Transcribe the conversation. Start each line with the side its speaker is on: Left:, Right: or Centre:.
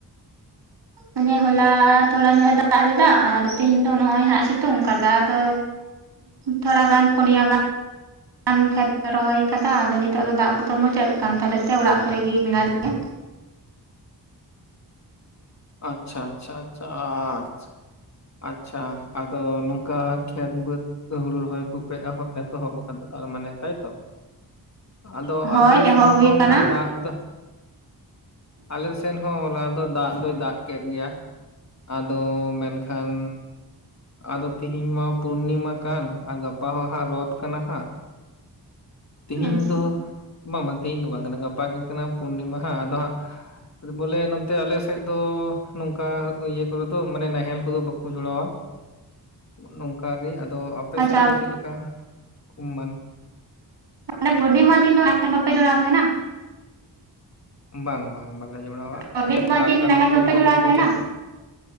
Right: ᱚᱱᱮ ᱦᱚᱞᱟ ᱛᱷᱚᱲᱟ ᱧᱚᱜ ᱮ ᱫᱟᱜ ᱞᱮᱫᱟ ᱟᱨ ᱛᱮᱦᱮᱧ ᱫᱚ ᱱᱚᱜ-ᱚᱭ ᱦᱟᱸᱜ ᱮ ᱥᱤᱛᱩᱝ ᱠᱟᱫᱟ, ᱟᱫᱚ
Left: <unintelligible>
Right: ᱛᱷᱚᱲᱟ ᱜᱟᱱ ᱯᱚᱱᱮᱭᱟ ᱜᱟᱱ
Left: <unintelligible>
Right: ᱟᱱ ᱠᱷᱮᱛ ᱞᱮ ᱨᱚᱦᱚᱭ ᱠᱟᱫᱟ ᱟᱫᱚ ᱱᱤᱛᱚᱜ ᱫᱚ ᱫᱟᱜ ᱠᱚᱫᱚ ᱢᱩᱪᱟᱹᱫ ᱠᱟᱱ ᱛᱟᱞᱮ ᱛᱮ ᱚᱲᱟᱜ ᱠᱚᱨᱮ ᱜᱮ ᱢᱮᱱᱟᱜ ᱞᱮᱭᱟ᱾
Left: ᱟᱪᱪᱷᱟ ᱟᱪᱪᱷᱟ ᱟᱪᱪᱷᱟ <unintelligible> ᱟᱪᱪᱷᱟ ᱟᱫᱚ ᱱᱚᱝᱠᱟ ᱠᱷᱮᱛ ᱵᱟᱹᱫᱽ ᱠᱚ ᱦᱩᱲᱩ ᱨᱚᱦᱚᱭ ᱠᱚᱯᱮ ᱮᱦᱚᱵ ᱮᱛᱚᱦᱚᱵ ᱟᱠᱟᱫᱟ ᱛᱟᱨ ᱢᱟᱱᱮ ᱛᱟᱭ ᱛᱚ? ᱟᱫᱚ
Right: ᱞᱮᱭᱟ᱾ ᱦᱳᱭ
Left: ᱟᱞᱮ
Right: ᱮᱦᱚᱵ
Left: ᱥᱮᱱ
Right: ᱦᱩᱭ
Left: ᱦᱚᱸ
Right: ᱟᱠᱟᱱᱟ
Left: ᱚᱝᱠᱟ ᱫᱟᱜ ᱫᱚ ᱟᱞᱮ ᱥᱮᱱ ᱦᱚᱸ ᱦᱚᱞᱟ ᱫᱚ ᱫᱟᱜ ᱫᱚᱭ ᱫᱟᱜ ᱠᱮᱫ ᱜᱮᱭᱟ᱾ ᱟᱫᱚ ᱢᱮᱱᱠᱷᱟᱱ, ᱟᱫᱚ ᱛᱤᱦᱤᱧ ᱢᱟ ᱯᱩᱨᱱᱤᱢᱟ ᱠᱟᱱ ᱟᱨ, ᱜᱟᱯᱟ ᱦᱚᱸ ᱦᱟᱸᱜ ᱨᱚᱛ ᱠᱟᱱᱟ ᱦᱟᱸᱜ, ᱛᱮᱦᱤᱧ
Right: ᱟᱪᱪᱷᱟ
Left: ᱫᱚ, ᱵᱟᱝ ᱵᱟᱝ ᱛᱮᱦᱤᱧ ᱫᱚ ᱵᱟᱝ ᱠᱟᱱᱟ ᱜᱟᱯᱟ ᱜᱮ ᱠᱟᱱᱟ ᱯᱩᱨᱱᱤᱢᱟ ᱦᱟᱸᱜ ᱟᱫᱚ ᱦᱟᱸᱜ, ᱵᱚᱞᱮ ᱱᱚᱱᱛᱮ ᱟᱞᱮ ᱥᱮᱜᱫᱚ ᱱᱚᱝᱠᱟ ᱤᱭᱟᱹ ᱠᱚᱨᱮ ᱫᱚ ᱢᱟᱱᱮ ᱱᱟᱦᱮᱞ ᱠᱚᱫᱚ ᱵᱟᱠᱚ ᱡᱚᱲᱟᱣᱟ᱾ ᱱᱚᱝᱠᱟ ᱜᱮ, ᱟᱫᱚ ᱟᱯᱮ
Right: ᱟᱪᱪᱷᱟ
Left: ᱥᱮᱫ ᱫᱚ ᱪᱮᱫ ᱞᱮᱠᱟ ᱠᱩ ᱢᱟ
Right: ᱢᱟᱱᱮ ᱯᱩᱨᱱᱤᱢᱟ ᱫᱤᱱ ᱫᱚ ᱱᱟᱦᱮᱞ ᱵᱟᱯᱮ ᱡᱚᱲᱟᱣ ᱛᱟᱦᱮᱸᱱᱟ?
Left: ᱵᱟᱝ ᱵᱟᱝ ᱵᱟᱞᱮ ᱡᱚᱲᱟᱣᱟ,
Right: ᱯᱩᱨᱱᱤᱢᱟ
Left: ᱟ ᱥᱮ ᱴᱨᱟᱠᱴᱟᱨ
Right: ᱫᱤᱱ ᱱᱟᱦᱮᱞ
Left: ᱦᱚᱸ ᱠᱚ
Right: ᱵᱟᱯᱮ
Left: ᱦᱚᱸ
Right: ᱡᱚᱲᱟᱣ
Left: ᱵᱟᱠᱚ
Right: ᱛᱟᱦᱮᱱᱟ
Left: ᱪᱟ